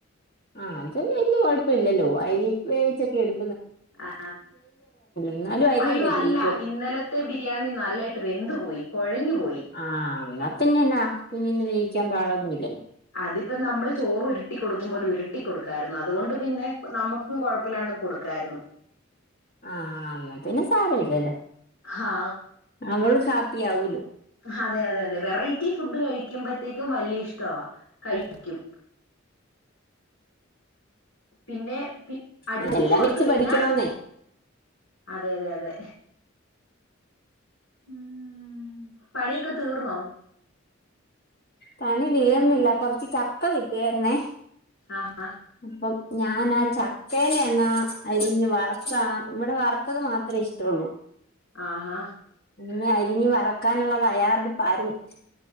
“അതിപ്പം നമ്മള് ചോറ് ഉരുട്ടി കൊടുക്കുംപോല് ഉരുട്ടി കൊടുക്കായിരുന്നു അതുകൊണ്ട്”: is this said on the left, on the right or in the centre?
Left